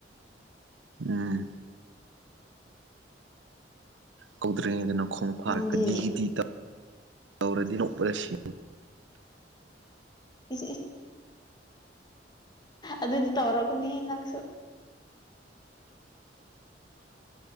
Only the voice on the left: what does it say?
ꯅꯪꯗꯤ
ꯏ ꯑꯗꯨꯗꯤ ꯇꯧꯔꯛꯒꯅꯦ ꯅꯪꯁꯨ